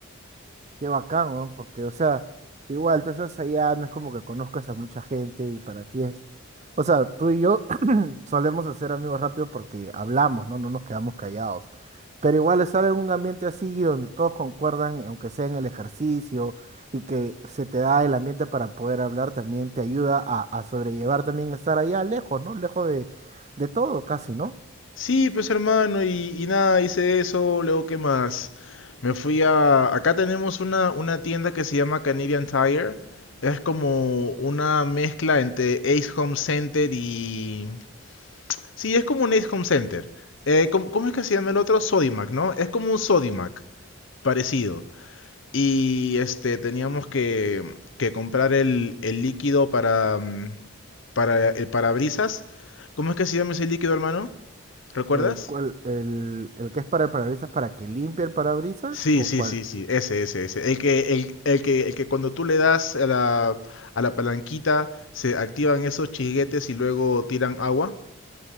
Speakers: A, on the right; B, on the left.
A: Qué bacán, weón, Porque, o sea, igual tú estás allá, no es como que conozcas a mucha gente y para ti es. O sea, tú y yo <clears throat> solemos hacer amigos rápido porque hablamos, ¿no? No nos quedamos callados. Pero igual estar en un ambiente así donde todos concuerdan, aunque sea en el ejercicio, y que se te da el ambiente para poder hablar, también te ayuda a, a sobrellevar también estar allá lejos, ¿no? Lejos de, de todo casi, ¿no?
B: Sí, pues hermano, y, y nada, hice eso, luego qué más. Me fui a... Acá tenemos una, una tienda que se llama Canadian Tire. Es como una mezcla entre Ace Home Center y... Sí, es como un Ace Home Center. Eh, ¿cómo, cómo es que se llama el otro? Sodimac, ¿no? Es como un Sodimac, parecido. Y este, teníamos que, que comprar el, el líquido para, mm, para el parabrisas. ¿Cómo es que se llama ese líquido, hermano? ¿Recuerdas?
A: Eh, ¿cuál- el, el que es para el parabrisas para que limpie el parabrisas
B: Sí,
A: o
B: sí,
A: cuál?
B: sí, sí, ese, ese, ese. El que, el, el que, el que cuando tú le das a la, a la palanquita se activan esos chiguetes y luego tiran agua.